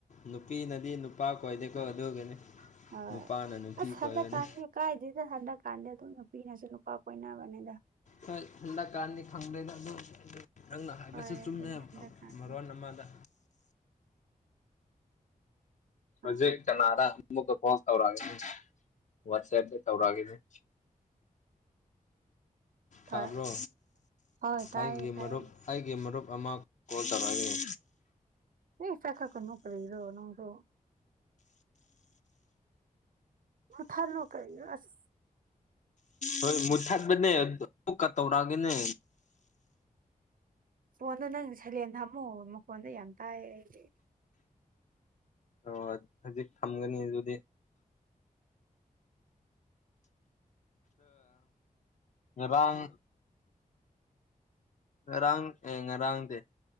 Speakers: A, on the left (about 55°); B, on the right (about 70°).
A: ꯅꯨꯄꯤꯅꯗꯤ ꯅꯨꯄꯥ ꯀꯣꯏꯗꯦꯀꯣ ꯑꯗꯨꯒꯤꯅꯤ
B: ꯑꯥ
A: ꯅꯨꯄꯥꯅ ꯅꯨꯄꯤ
B: ꯑꯁ
A: ꯀꯣꯏꯕꯅꯤ
B: ꯍꯟꯗꯛ ꯀꯥꯟꯗꯤ ꯀꯥꯏꯗꯦꯗ ꯍꯟꯗꯛ ꯀꯥꯟꯗꯤ ꯑꯗꯨꯝ ꯅꯨꯄꯤꯅꯁꯨ ꯅꯨꯄꯥ ꯀꯣꯏꯅꯕꯅꯦꯗ
A: ꯍꯣꯏ ꯍꯟꯗꯛꯀꯥꯥꯟꯗꯤ ꯈꯪꯗꯔ꯭ꯦꯗ ꯑꯗꯨ ꯅꯪꯅ ꯍꯥꯏꯕꯁꯨ
B: ꯍꯣꯏ
A: ꯆꯨꯝꯃꯦꯕ
B: ꯑꯗꯨꯅꯦ ꯍꯟꯗꯛꯀꯥꯟꯗꯤ
A: ꯃꯔꯣꯟ ꯑꯃꯗ ꯍꯧꯖꯤꯛ
B: ꯑꯥ
A: ꯀꯅꯥꯔꯥ ꯑꯃꯛꯀꯥ ꯀꯣꯜ ꯇꯧꯔꯛ ꯑꯥꯒꯦ ꯋꯥꯠꯆꯞꯇ ꯇꯧꯔꯒꯦ
B: ꯊꯥ
A: ꯇꯥꯕ꯭ꯔꯣ
B: ꯑꯥ ꯇꯥꯏꯌꯦ
A: ꯑꯩꯒꯤ
B: ꯇꯥꯏꯌꯦ
A: ꯃꯔꯨꯞ ꯑꯩꯒꯤ ꯃꯔꯨꯞ ꯑꯃ ꯀꯣꯜ ꯇꯧꯔꯛꯑꯦ
B: <unintelligible> ꯀꯔꯤꯔꯣ ꯅꯪꯗꯣ <unintelligible> ꯑꯁ
A: ꯍꯣꯏ ꯃꯨꯊꯠꯄꯅꯦ ꯑꯃꯨꯛꯀ ꯇꯧꯔꯛꯑꯒꯦꯅꯦ
B: ꯐꯣꯟꯗꯣ ꯅꯪ ꯁꯩꯂꯦꯟꯗ ꯍꯥꯝꯃꯨ ꯃꯈꯣꯟꯗꯣ ꯌꯥꯝ ꯇꯥꯏ ꯑꯩꯗꯤ
A: ꯑꯣ ꯍꯧꯖꯤꯛ ꯊꯝꯒꯅꯤ ꯑꯗꯨꯗꯤ ꯉꯥꯔꯥꯡ ꯉꯔꯥꯡ ꯑꯦ ꯉꯔꯥꯡꯗꯤ